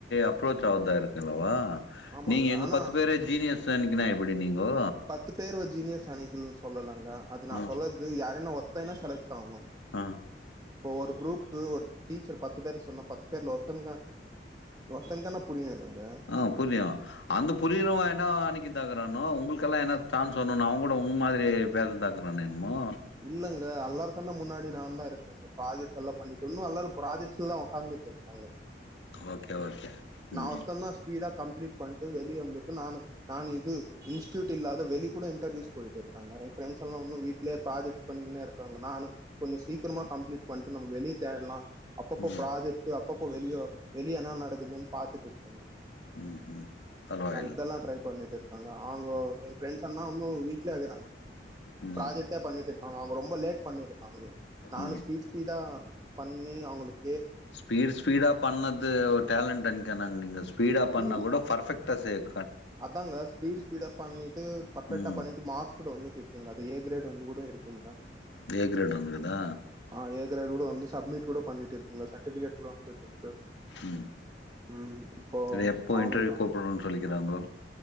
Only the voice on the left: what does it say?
அப்ரோச் ஆவுதா இருக்கல்லவா
நீங்க எங்க
பத்து பேரை ஜீனியஸ் அனிக்கினா எப்பிடி நீங்கோ
ஆ
ஆ
ஆ புரியு அந்த புரியறவ என்னா அன்னிக்கி தாக்குறானோ உங்குக்கெல்லா என்ன சான்ஸ் ஒம் அவங்க கூட உங்க மாதிரி பேச தாக்குற என்னமோ
ஓகே ஓகே ம்
ம்
ம் ம் பரவாயில்
ம்
ம்
ஸ்பீட் ஸ்பீடா பண்ணது ஒரு டேலண்ட் அனுக்கோன நாங்க நீங்கள் ஸ்பீடாக
பண்ணால் கூட பர்ஃபெக்டா சேர்
ம்
தே கிரேடு வந்து குதா
ம்
சரி எப்போ
இன்டர்வியூ கூப்பிடடுறோம்ன் சொல்லிக்கிறாங்கோ